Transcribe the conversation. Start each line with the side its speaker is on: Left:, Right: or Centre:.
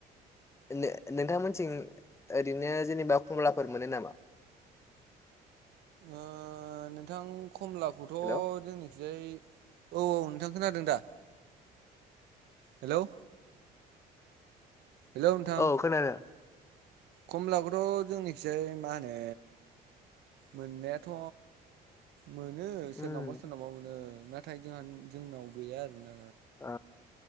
Left: नों-नोंथांमोनथिं ओरैनो जेनेबा खमला फोर मोनो नामा?
Right: ओ नोंथां खमलाखौथ'
Left: हेलौ
Right: जोंनिखिजाय औ औ नोंथां खोनादों दा हेलौ हेलौ नोंथां
Left: औ खोनादों
Right: खमलाखौथ' जोंनिखिसाय मा होनो मोननायाथ' मोनो
Left: उम
Right: सोरनावबा सोरनावबा मोनो नाथाय जोंहा जोंनाव गैया आरोना
Left: आ